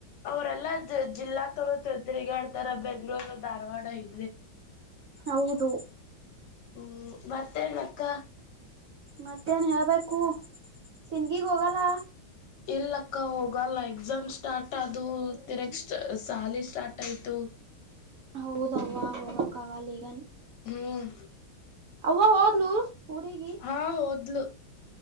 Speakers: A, on the left; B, on the right.
A: ಅವರೆಲ್ಲ ಜಿಲ್ಲಾ ತೊಗ ತಿರುಗಾಡ್ತಾರ ಬೆಂಗ್ಗಳೂರು ಧಾರವಾಡ ಇೆ
B: ಹೌದು
A: ಹ್ಮ ಮತ್ತಳ್ ಅಕ್ಕ
B: ಮತ್ತೇನ್ ಹೇಳ್ಬೇಕು ತಿಿಂದಗಿಗ್ ಹೋಗಲ್ಲ
A: ಇಲ್ಲಕ್ಕ ಹೋಗಲ್ಲ ಎಕ್ಸಾಮ್ ಸ್ಟಾರ್ಟ್ ಅದು ತಿರಗ್ ಸ್ಟ ಶಾಲಿ ಸ್ಟಾರ್ಟ್ ಆಯ್ತು
B: ಹೌದವಾ ಹೋಗಕ್ಕ ಆಗಲ್ಲ ಈಗನ್
A: ಹ್ಮ್
B: ಅವು ಹೋದ್ಲು ಊರಿಗಿ
A: ಹಾ ಹೋದ್ಲು